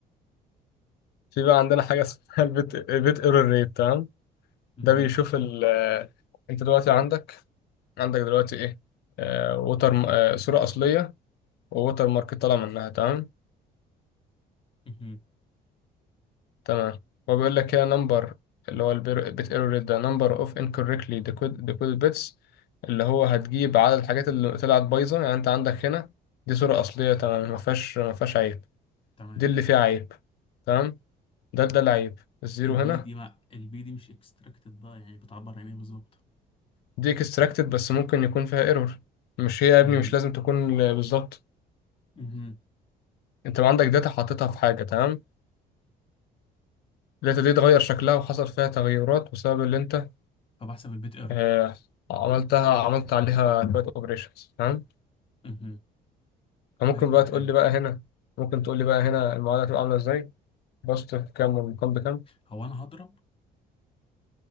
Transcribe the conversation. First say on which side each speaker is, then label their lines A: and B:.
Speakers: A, on the left; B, on the left.
A: في بقى عندنا حاجة اسمها البيت بيت ايرور ريت تمام
B: مهم.
A: ده بيشوف ال آه، أنت دلوقتي عندك عندك دلوقتي ايه آه ووتر آه صورة أصلية ووتر مارك طالع منها تمام
B: مهم.
A: تمام هو بيقول لك هي نمبر اللي هو البيت ايرور ريت ده نمبر اوف انكوركتلي ديكودد بيتس اللي هو هتجيب عدد الحاجات اللي طلعت بايظة يعني انت عندك هنا دي صورة أصلية تمام ما فيهاش ما فيهاش عيب
B: تمام
A: دي اللي فيها عيب تمام ده ده العيب الزيرو
B: البي
A: هنا
B: دي مع البي دي مش اكستراكتد بقى يعني بتعبر عن ايه بالظبط
A: دي اكستراكتد بس ممكن يكون فيها ايرور مش هي يا
B: مهم.
A: ابني مش لازم تكون بالظبط
B: مهم.
A: انت لو عندك داتا حاططها في حاجة تمام الداتا دي اتغير شكلها وحصل فيها تغيرات بسبب اللي انت
B: فبحسب البيت ايرور
A: آه، عملتها عملت عليها شوية اوبريشنز تمام
B: مهم.
A: فممكن
B: فهمتك
A: بقى تقول
B: ايوه
A: لي بقى هنا ممكن تقول لي بقى هنا المعادلة هتبقى عاملة ازاي بسط في كام والمقام بكام
B: هو انا هضرب